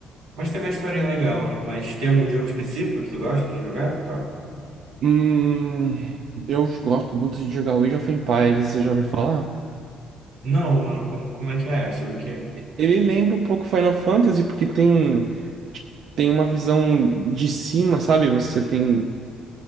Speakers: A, on the right (about 80°); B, on the right (about 55°).
A: Mas tem uma historinha legal. Mas tem algum jogo específico que tu gosta de jogar? Tá?
B: Hum, eu gosto muito de jogar Age of Empires, você já ouviu falar?
A: Não, mano, como, como é que é? Sobre o quê?
B: Ele lembra um pouco Final Fantasy, porque tem, tem uma visão de cima, sabe? Você tem.